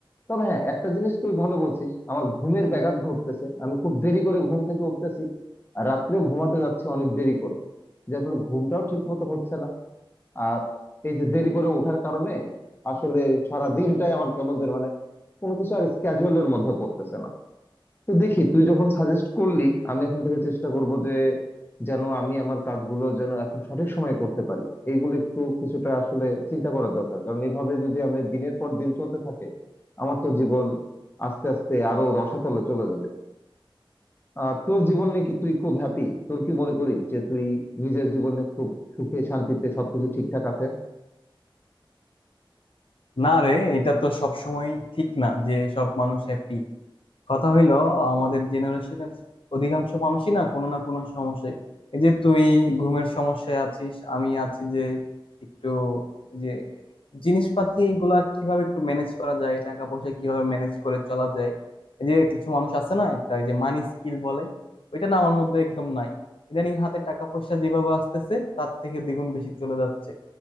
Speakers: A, on the left; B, on the left.
A: তবে হ্যাঁ একটা জিনিস তুই ভালো বলছিস আমার ঘুমের ব্যাঘাত ঘটতেছে আমি খুব দেরি করে ঘুম থেকে উঠতেছি আর রাত্রেও ঘুমাতে যাচ্ছি অনেক দেরি করে যার ফলে ঘুমটাও ঠিক মতো হচ্ছে না আর এই যে দেরি করে ওঠার কারণে আসলে সারা দিনটাই আমার কেমন যেন মানে কোনো কিছু আর স্ক্যাজুয়ালের মধ্যে পড়তেছে না তো দেখি তুই যখন সাজেস্ট করলি আমি এখন থেকে চেষ্টা করব যে যেন আমি আমার কাজগুলো যেন এখন সঠিক সময়ে করতে পারি এইগুলো একটু কিছুটা আসলে চিন্তা করার দরকার কারণ এইভাবে যদি আমি দিনের পর দিন চলতে থাকে আমার তো জীবন আস্তে আস্তে আরো রসাতলে চলে যাবে আর তোর জীবন নিয়ে কি তুই খুব হ্যাপি তোর কি মনে করিস যে তুই নিজের জীবনে খুব সুখে শান্তিতে সবকিছু ঠিকঠাক আছে
B: না রে এটা তো সবসময় ঠিক না যে সব মানুষ হ্যাপি কথা হইলো আমাদের জেনারেশনের অধিকাংশ মানুষই না কোনো না কোনো সমস্যায় এই যে তুই ঘুমের সমস্যায় আছিস আমি আছি যে একটু যে জিনিসপাতি গুলা কিভাবে একটু ম্যানেজ করা যায় টাকা পয়সা কিভাবে ম্যানেজ করে চলা যায় এই যে কিছু মানুষ আছে না একটা এই যে মানি স্কিল বলে ওইটা না আমার মধ্যে একদম নাই ইদানিং হাতে টাকা পয়সা যেভাবে আসতেছে তার থেকে দ্বিগুণ বেশি চলে যাচ্ছে